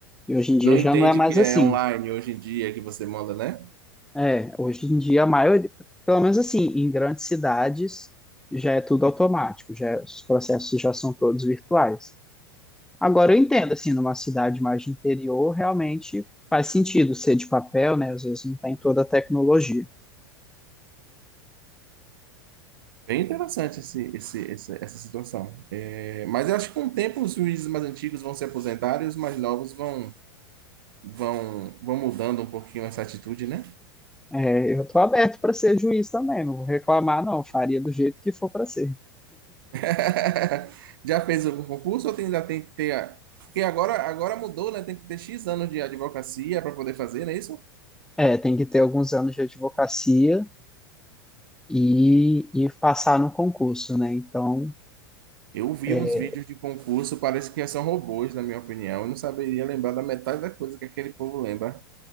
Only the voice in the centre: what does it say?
E hoje em dia
já
não é mais
assim.
É, hoje em dia a maioria, pelo menos assim, em grandes cidades já é tudo automático, já é, os processos já são todos virtuais. Agora eu entendo assim, numa cidade mais de interior, realmente faz sentido ser de papel, né? Às vezes não tem toda a tecnologia.
É, eu tô aberto para ser juiz também, não vou reclamar, não. Faria do jeito que for para ser.
É, tem que ter alguns anos de advocacia e, e passar no concurso, né? Então,
é,